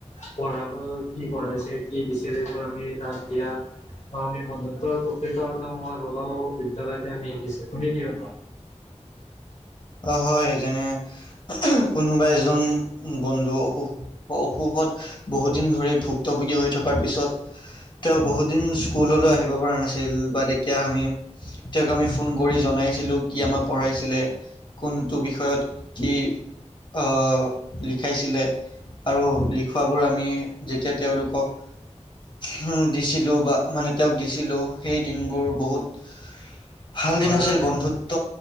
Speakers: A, on the left; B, on the left.
A: পঢ়াবোৰ কি পঢ়াইছে কি দিছিল সেইবোৰ আমি তাত দিয়া- অঁ' আমি বন্ধুত্ব আৰু প্ৰকৃতৰ অৰ্থ মই ভাবো বিদ্যালয়তে আমি শিকিছো তুমি কি ভাবা?
B: অ' হয় যেনে- কোনোবা এজন বন্ধু অসুখ অসুখত- বহুদিন ধৰি ভুক্তভোগী হৈ থকাৰ পিছত- তেওঁ বহুদিন স্কুললৈ আহিব পৰা নাছিল বা তেতিয়া আমি- তেওঁক আমি ফোন কৰি জনাইছিলোঁ কি আমাক পঢ়াইছিলে। কোনটো বিষয়ত কি আহ লিখাইছিলে। আৰু লিখোৱাবোৰ আমি যেতিয়া তেওঁলোকক- উম' দিছিলো বা মানে তেওঁক দিছিলো, সেই দিনবোৰ বহুত-
A: <inaudible>
B: ভাল দিন
A: হয়
B: আছিল, বন্ধুত্ব